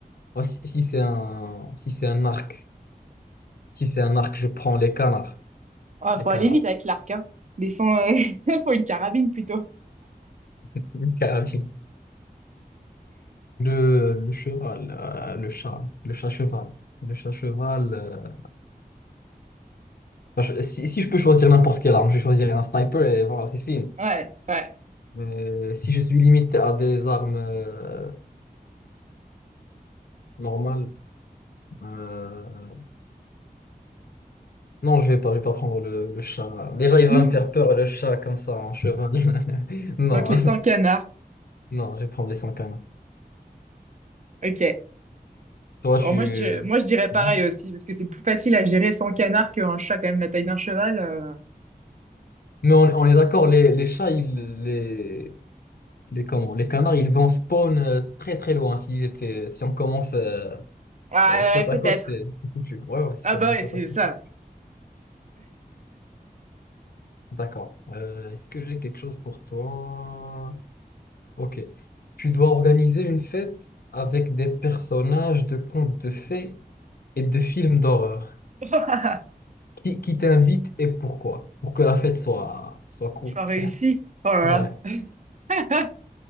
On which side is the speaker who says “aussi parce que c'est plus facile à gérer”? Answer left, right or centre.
Right